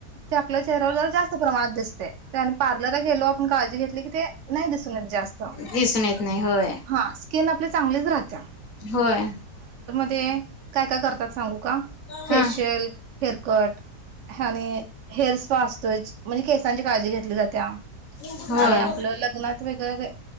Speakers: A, on the right; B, on the left.
A: ते आपल्या चेहऱ्यावर ज जास्त प्रमाणात दिसते. ते आणि पार्लरला गेलो आपण काळजी घेतली की, ते नाही दिसून येत जास्त.
B: दिसून येत नाही होय
A: हा. चांगलीच राहत्या.
B: होय.
A: ते काय, काय करतात सांगू का? फेशियल,
B: हा
A: हेअरकट आणि हेअर स्पा असतो. म्हणजे केसांची काळजी घेतली जात्या.
B: होय
A: आणि आपलं लग्नात वगैरे